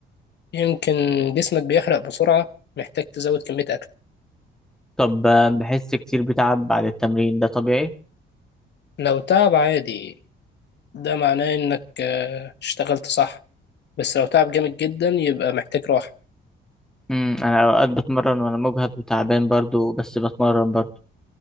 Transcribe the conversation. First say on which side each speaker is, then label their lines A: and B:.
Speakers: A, on the left; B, in the centre.
A: يمكن جسمك بيحرق بسرعة محتاج تزود كمية أكل
B: طب آه، بحس كتير بتعب بعد التمرين ده طبيعي
A: لو تعب عادي ده معناه انك آه، اشتغلت صح بس لو تعب جامد جدا يبقى محتاج راحة
B: امم انا اوقات بتمرن وانا مجهد وتعبان برضو بس بتمرن برضو